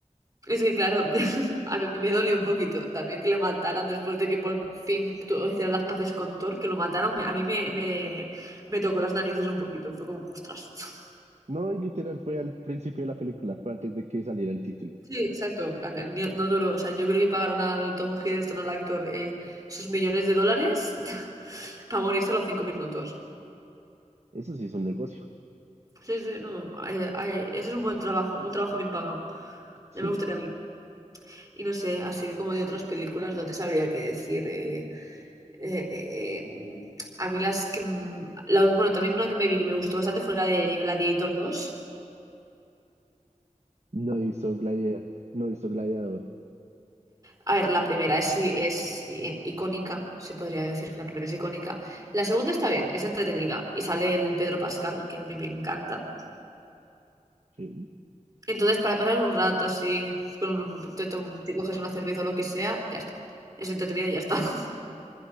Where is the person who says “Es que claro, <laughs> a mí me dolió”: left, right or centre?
Right